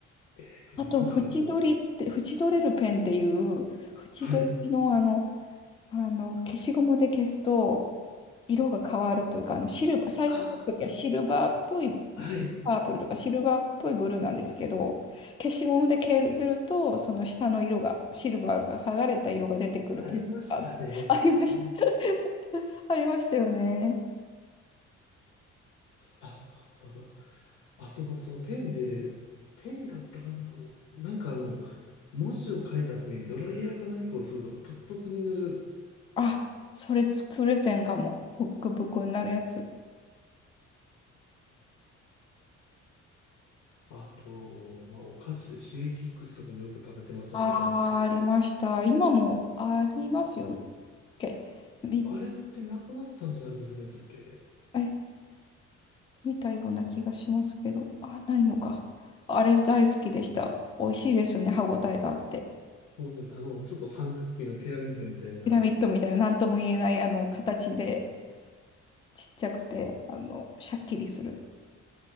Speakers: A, on the left (about 80°); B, on the left (about 20°).
A: えっとね、
B: あと、
A: なんかあの、
B: 縁取りって、縁取れるペンっていう、縁取りのあの、
A: はい。
B: あの、消しゴムで消すと、色が変わるというか、あの、シルバー、最初の時はシルバーっぽい
A: ああ、はい。
B: パープルとか、シルバーっぽいブルーなんですけど、消しゴムで削ると、その下の色が、シルバーが剥がれた色が出てくるペンがあってありました。
A: ありましたね。
B: <laughs> ありましたよね。
A: あったあったあったあった。あと、そのペンで、ペンだったかな。なんかあの、文字を書いた後にドライヤーか何かをするとプップクになる。
B: あ、それスプレペンかも。ブックブクになるやつ。
A: あと、まあ、お菓子でシゲキックスとかもよく食べてましたね、
B: ああ、
A: 男子で。
B: ありました。今もありますよっけ。み、
A: あれってなくなったんじゃありませんでしたっけ
B: え、見たような気がしますけど。あ、ないのか。あれ大好きでした。美味しいですよね。歯ごたえがあって。
A: そうです。あの、ちょっと三角形のピラミッドみたいな。
B: ピラミッドみたいな何とも言えないあの形で、ちっちゃくて、あの、シャッキリする。